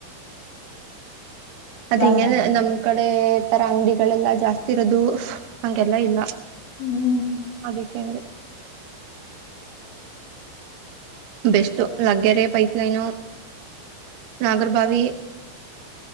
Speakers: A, on the right; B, on the left.
A: ಅದೆೆಂಗೆ
B: ಪ್ಲಾನ್ ಮಾಡಿದ್ವಿ
A: ನಮ್ ಕಡೆ ತರ ಅಂಗಡಿಗಳೆಲ್ಲಾ ಜಾಸ್ತಿ ಇರೋದು ಹಂಗೆಲ್ಲ ಇಲ್ಲಾ
B: ಹ್ಮ್
A: ಅದಿಕ್ಕೆ ಹಂಗೆ ಬೆಸ್ಟ್ ಲಗ್ಗರೆ ಪೈಪ್ ಲೈನು ನಾಗರಬಾವಿ